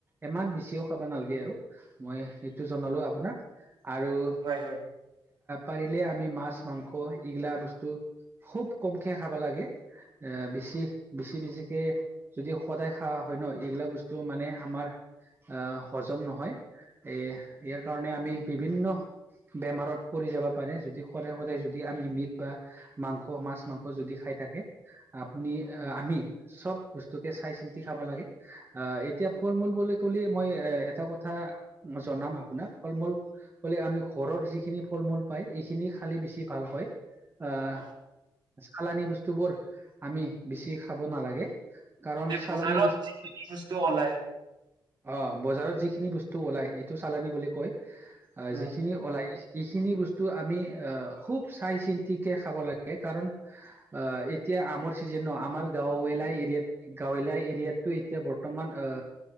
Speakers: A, on the right (about 25°); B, on the right (about 65°).
A: ইমান বেছিও খাব নালগে, আৰু মই সেইটো জনালো আপোনাক। আৰু
B: হয়, হয়।
A: পাৰিলে, আমি মাছ-মাংস এইগিলা বস্তু খুব কমকে খাব লাগে, এ বেছি বেছি-বেছিকে যদি সদায় খাৱা হয় ন, এইগিলা বস্তু মানে আমাৰ আহ, হজম নহয়। এ ইয়াৰ কাৰণে আমি বিভিন্ন বেমাৰত পৰি যাবা পাৰে যদি সৰে - সৰে যদি আমি মিট বা মাংস, মাছ - মাংস যদি খাই থাকে আপুনি আ আমি চব বস্তুকে চাই - চিন্তি খাব লাগে। আহ এতিয়া ফল - মূল বুলি কলে মই এ এটা কথা জনাম আপোনাক, ফল - মূল বলে আমি ঘৰত যিখিনি ফল - মূল পায় এইখিনি খালে বেছি ভাল হয় আহ
B: অ',
A: চালানি বস্তুবোৰ আমি বেছি খাব নালাগে। কাৰণ
B: মানে
A: চালানী
B: বজাৰত
A: বস্তু
B: যিখিনি বস্তু ওলাই
A: অ, বজাৰত যিখিনি বস্তু ওলাই এইটো চালানী বুলি কয়, আহ
B: উম,
A: যিখিনি ওলাই এইখিনি বস্তু আমি আহ খুব চাই - চিন্তিকে খাব লাগে কাৰণ আ এতিয়া আমৰ চিজন, আমাৰ গাঁৱলীয়া এৰিয়াত গাঁৱলীয়া এৰিয়াতটো এতিয়া বৰ্তমান আ